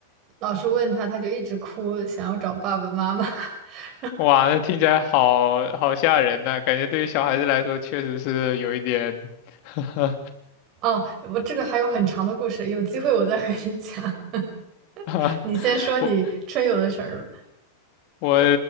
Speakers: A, on the right; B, on the left.
A: 老师问他，他就一直哭，想要找爸爸妈妈。<laughs>
B: 哇，那听起来好好吓人呐、感觉对于小孩子来说确实是有一点 <laughs>
A: 哦，我这个还有很长的故事，有机会我再和你讲。<laughs>
B: 我
A: 你先说你春游的事儿吧。
B: 我